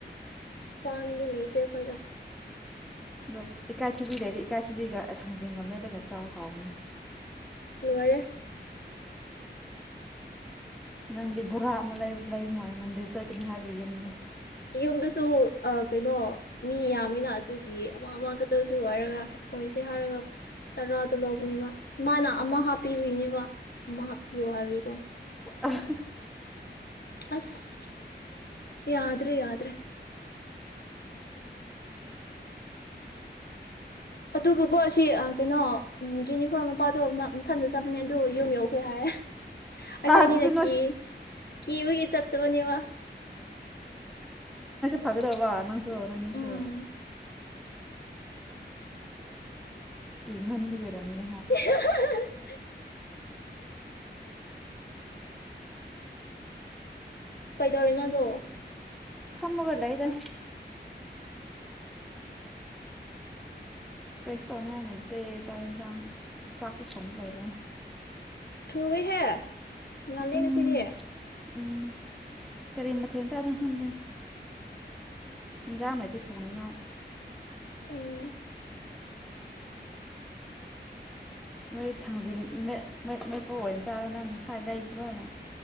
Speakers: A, on the left; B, in the centre.
A: ꯄꯥꯟꯗꯤ ꯂꯩꯇꯦ ꯑꯩꯈꯣꯏꯗ
B: ꯑꯗꯣ ꯏꯀꯥꯏꯊꯤꯕꯤ ꯂꯩꯗꯤ ꯏꯀꯥꯏꯊꯤꯕꯤꯒ ꯊꯥꯡꯖꯤꯡꯒ ꯃꯦꯠꯂꯒ ꯆꯥꯎ ꯍꯥꯎꯕꯅꯦ
A: ꯂꯣꯏꯔꯦ
B: ꯅꯪꯗꯤ ꯕꯣꯔꯥ ꯑꯃ ꯂꯩ ꯂꯩ ꯃꯥꯜꯂꯦ ꯅꯪꯗꯤ ꯑꯗꯨ ꯆꯠꯀꯥꯅꯤ ꯍꯥꯏꯕꯒꯤ ꯌꯨꯝꯗ
A: ꯌꯨꯝꯗꯁꯨ ꯀꯩꯅꯣ ꯃꯤ ꯌꯥꯝꯃꯤꯅ ꯑꯗꯨꯒꯤ ꯑꯃ ꯑꯃ ꯈꯛꯇꯁꯨ ꯍꯥꯏꯔꯒ ꯑꯣꯏꯁꯦ ꯍꯥꯏꯔꯒ ꯇꯔꯥꯗꯣ ꯂꯧꯕꯅꯦꯕ ꯃꯥꯅ ꯑꯃ ꯍꯥꯞꯄꯤꯏꯅꯦꯕ ꯑꯃ ꯍꯥꯞꯄꯤꯌꯣ ꯍꯥꯏꯕꯒꯤ
B: <unintelligible>
A: ꯑꯁ ꯌꯥꯗ꯭ꯔꯦ ꯌꯥꯗ꯭ꯔꯦ ꯑꯗꯨꯕꯨꯀꯣ ꯁꯤ ꯀꯩꯅꯣ ꯖꯨꯅꯤꯐꯣꯔ ꯃꯄꯥꯗꯣ ꯃꯊꯟꯗ ꯆꯠꯄꯅꯦ ꯑꯗꯨ ꯌꯨꯝ ꯌꯧꯈ꯭ꯔꯦ ꯍꯥꯏ ꯑꯩꯈꯣꯏꯅꯤꯅ
B: ꯑꯥ ꯑꯗꯨꯗꯤ ꯅꯣꯏ
A: ꯀꯤ ꯀꯤꯕꯒꯤ ꯆꯠꯇꯕꯅꯦꯕ
B: ꯐꯒꯗꯥꯕ ꯅꯪ ꯅꯣꯢꯅꯤꯁꯨ
A: ꯎꯝ
B: ꯀꯔꯃꯥꯟꯕꯒꯤ ꯅꯣꯏꯔꯝꯅꯤ
A: <unintelligible> ꯀꯩ ꯇꯧꯔꯤꯅꯣ ꯅꯗꯣ
B: ꯐꯝꯃꯒ ꯂꯩꯗꯥ ꯀꯩꯁꯨ ꯇꯧꯅꯤꯡꯉꯥꯏ ꯂꯩꯇꯦ ꯆꯥꯛ ꯌꯦꯟꯁꯥꯡ ꯆꯥꯛꯁꯨ ꯊꯣꯡꯕ ꯂꯣꯏꯔꯦ
A: ꯊꯨꯏꯋꯦ ꯍꯦ ꯉꯥꯜꯂꯦ
B: ꯎꯝ
A: ꯉꯁꯤꯗꯤ
B: ꯎꯝ ꯀꯔꯤ ꯃꯊꯦꯜ ꯆꯥꯗꯣꯏꯅꯣ ꯈꯪꯗꯦ ꯏꯟꯖꯥꯡ ꯂꯩꯇꯦ ꯊꯣꯡꯅꯤꯡꯉꯥꯏ
A: ꯑꯣ
B: ꯃꯣꯏ ꯊꯥꯡꯖꯤꯡ ꯃꯦꯠ ꯃꯦꯠꯄ ꯑꯣꯏꯅ ꯆꯥꯔꯒ ꯅꯪ ꯉꯁꯥꯏ ꯂꯩꯕ ꯂꯣꯏꯅ